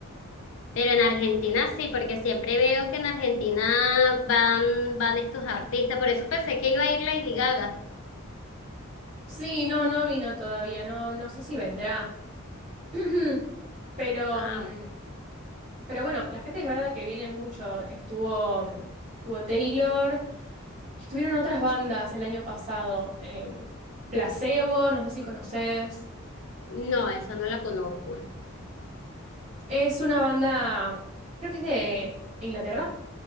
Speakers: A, on the left; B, on the right.
A: Pero en Argentina sí, porque siempre veo que en Argentina van, van estos artistas. Por eso pensé que iba a ir Lady Gaga.
B: Sí, no, no vino todavía, no, no sé si vendrá. <clears throat> Pero
A: Ah,
B: mm,
A: ok.
B: Pero bueno, la gente es verdad que viene mucho. Estuvo, mm, estuvo Taylor y estuvieron otras bandas el año pasado. Em, Placebo, no sé si conoces.
A: no, esa no la conozco.
B: Es una banda, creo que es de Inglaterra,